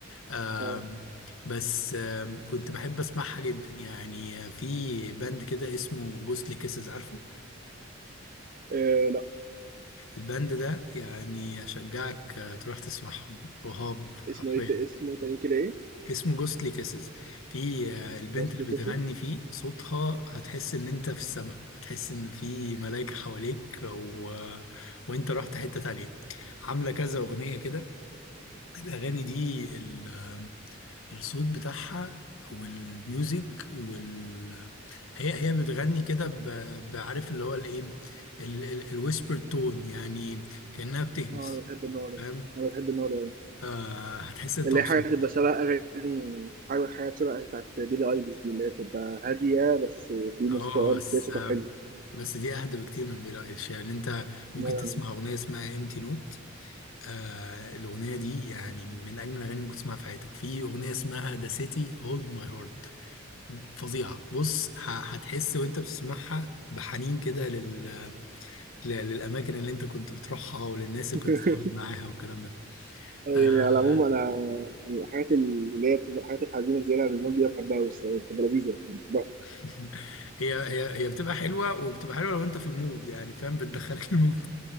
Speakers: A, on the left; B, on the right.
A: آم،
B: آه،
A: بس آم، كنت بحب اسمعها جدا يعني في باند كده اسمه جوستلي كيسز عارفه
B: آه، لا
A: الباند ده يعني اشجعك آه، تروح تسمعهم رهاب حرفيا
B: اسمه إيه اسمه تاني كده إيه؟
A: اسمه جوستلي كيسز في آه، البنت
B: بوصلة
A: اللي بتغني
B: كيسز
A: فيه صوتها هتحس ان انت في السماء هتحس ان في ملائكة حواليك و... وانت رحت حتة تانية عاملة كذا اغنية كده الاغاني دي ال... آه، الصوت بتاعها والميوزك وال آه، هي هي بتغني كده ب... بعرف اللي هو الايه الويسبر تون يعني كأنها بتهمس
B: اه انا بحب النوع ده
A: فاهم
B: انا بحب النوع ده
A: آه هتحس ان انت
B: اللي
A: مبسوط
B: هي حاجه تبقى شبه اغاني حاجه حاجات شبه بتاعت بيلي ايليش دي اللي هي بتبقى هاديه بس في
A: اه
B: موسيقى اه
A: بس
B: بس هي صوتها حلو
A: بس دي اهدى بكتير من بيلي ايليش يعني انت ممكن
B: آه،
A: تسمع اغنيه اسمها امتي نوت آه الاغنيه دي يعني من اجمل الاغاني ممكن تسمعها في حياتك في اغنيه اسمها ذا سيتي هولد ماي هارت فظيعه بص ه- هتحس وانت بتسمعها بحنين كده لل... ل- للاماكن اللي انت كنت بتروحها والناس اللي
B: <laughs>
A: كنت بتتعامل معاها والكلام ده
B: يعني
A: آه
B: على العموم انا يعني الحاجات اللي هي بتبقى الحاجات الحزينه زياده عن اللزوم دي بحبها قوي الصراحه بتبقى لذيذه يعني بحبها
A: <laughs> هي هي هي بتبقى حلوه وبتبقى حلوه لو انت في المود يعني فاهم بتدخلك المود